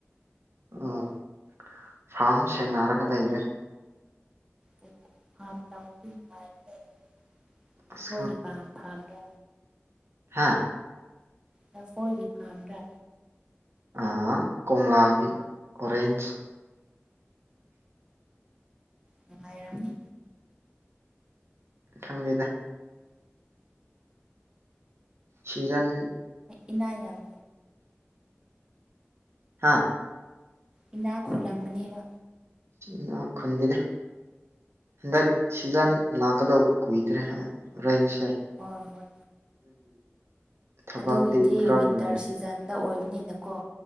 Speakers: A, on the right (about 65°); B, on the right (about 20°).
A: ꯎꯝ ꯐꯥꯝ ꯁꯦꯟꯅꯔꯒ ꯂꯩꯔꯦ
B: ꯑꯣ ꯐꯥꯝ ꯇꯧꯕꯗꯤ ꯅꯨꯡꯉꯥꯏꯕꯅꯦ ꯅꯈꯣꯏꯒꯤ
A: ꯑꯁ
B: ꯄꯥꯝ ꯐꯥꯝꯗꯣ
A: ꯍꯥꯥ
B: ꯂꯐꯣꯏꯒꯤ ꯐꯥꯝꯗ
A: ꯑꯥ ꯀꯣꯝꯂꯥꯒꯤ ꯑꯣꯔꯦꯟ
B: ꯅꯨꯡꯉꯥꯏꯔꯝꯅꯤ
A: ꯈꯪꯗꯦꯗ ꯁꯤꯆꯥꯟ
B: ꯏꯅꯥ ꯌꯥꯝ ꯌꯥꯝ
A: ꯍꯥꯥ
B: ꯏꯅꯥꯛ ꯈꯣꯜꯂꯝꯒꯅꯦꯕ
A: ꯢꯅꯥꯛ ꯈꯨꯟꯗꯦꯗ ꯍꯟꯗꯛ ꯁꯤꯖꯟ ꯂꯥꯛꯀꯗꯧꯕ ꯀꯨꯏꯗ꯭ꯔꯦ ꯑꯣꯔꯦꯟꯁꯦ
B: ꯍꯣꯏ ꯍꯣꯏ
A: ꯊꯕꯛꯇꯤ
B: ꯑꯗꯨꯒꯤꯗꯤ
A: ꯈꯔ
B: ꯋꯤꯟꯇꯔ
A: ꯂꯩꯔꯦ
B: ꯁꯤꯖꯟꯗ ꯑꯣꯏꯕꯅꯤꯅꯀꯣ ꯀꯣ